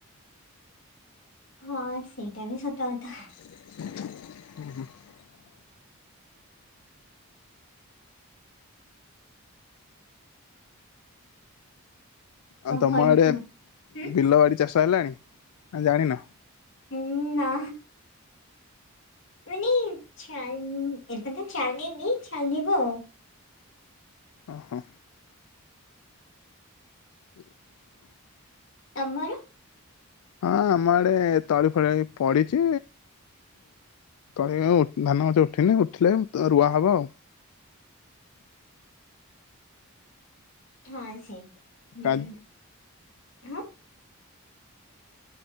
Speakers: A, on the left; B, on the left.
A: ହଁ ସେଇଟା ବି ସତ କଥା।
B: <inaudible> ଆଉ ତମ
A: କଣ
B: ଆଡେ
A: କୁହ? ହୁଁ।
B: ବିଲ ବାଡି ଚାଷ? ହେଲାଣି ନା ଜାଣିନା?
A: ଉ ନା। ମାନେ ଛାଲି ଟିକେ ଚାଲନି ଚାଲିବି ଆଉ।
B: ଓହୋ। <inaudible>
A: ତମର
B: ହଁ ଆମ ଆଡେ ତଳି ଫଳି ପଡିଛି। ତଳି ଧାନ ଗଛ ଉଠିନି ଉଠିଲେ ରୁଆ ହବ ଆଉ। <inaudible>
A: ହଁ ସେଇ ହୁଁ।
B: ହ୍ୟାଲୋ
A: ହାଁ।